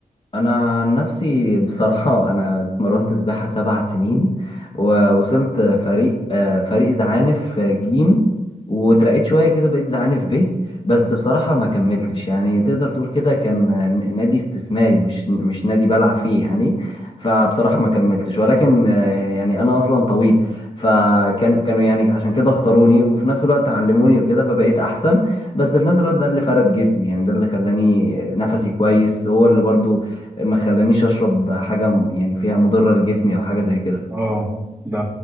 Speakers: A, on the left; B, on the right.
A: انا عن نفسي بصراحه <laughs> انا اتمرنت سباحه سبع سنين ووصلت فريق آه، فريق زعانف آه، جيم واترقيت شويه كده بقيت زعانف ب بس بصراحه ما كملتش يعني تقدر تقول كده كان آه، ن- نادي استثماري مش مش نادي بلعب فيه يعني فبصراحه ما كملتش ولكن آه، يعني انا اصلا طويل فكان كانوا يعني عشان كده اختاروني وفي نفس الوقت علموني
B: مم.
A: وكده فبقيت احسن بس في نفس الوقت ده اللي فرد جسمي يعني ده اللي خلاني نفسي كويس هو اللي برضو ما خلانيش اشرب حاجه م- يعني فيها مضره لجسمي او حاجه زي كده
B: اه ده